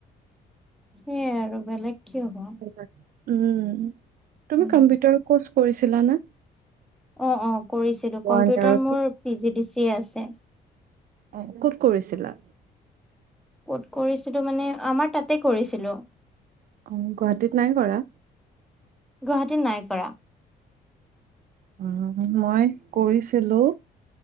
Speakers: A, in the centre; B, on the right.
A: সেইয়াই আৰু, বেলেগ কি হ'ব
B: <inaudible> উম, তুমি
A: উম
B: কম্পিউটাৰ কৰ্চ কৰিছিলা, না?
A: অঁ
B: ওৱান ইয়াৰৰটো। অঁ, ক'ত কৰিছিলা?
A: ক'ত কৰিছিলোঁ? মানে, আমাৰ তাতেই কৰিছিলোঁ।
B: অঁ, গুৱাহাটীত নাই কৰা।
A: গুৱাহাটীত নাই কৰা।
B: উম, মই কৰিছিলোঁ।